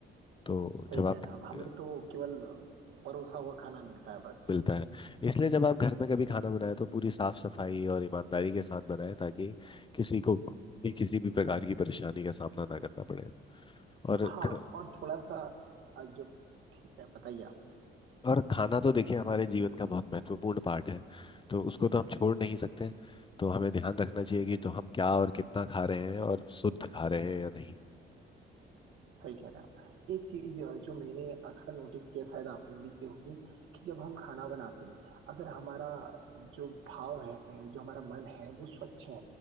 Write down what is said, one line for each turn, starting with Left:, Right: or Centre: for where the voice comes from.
Left: तो
Right: सही
Left: जब
Right: कह
Left: आप
Right: रहे हैं आप हमें
Left: अ,
Right: तो केवल अ, परोसा हुआ खाना मिलता है बस
Left: मिलता है इसलिए जब आप घर में कभी खाना बनाए तो पूरी साफ सफाई और ईमानदारी के साथ बनाए ताकि किसी को भी किसी भी प्रकार की परेशानी का सामना ना करना पड़े और
Right: हाँ
Left: ख,
Right: और थोड़ा सा अ, जब ठीक है बताइए आप
Left: और खाना तो देखिए हमारे जीवन का बहुत महत्वपूर्ण पार्ट है तो उसको तो हम छोड़ नहीं सकते तो हमें ध्यान रखना चाहिए कि जो हम क्या और कितना खा रहे हैं और शुद्ध खा रहे हैं या नहीं
Right: सही कह रहे हैं आप एक चीज अ, जो मैंने अक्सर नोटिस किया शायद आपने भी की होगी कि जब हम खाना बनाते हैं अगर हमारा जो भाव है जो हमारा मन है वो स्वच्छ है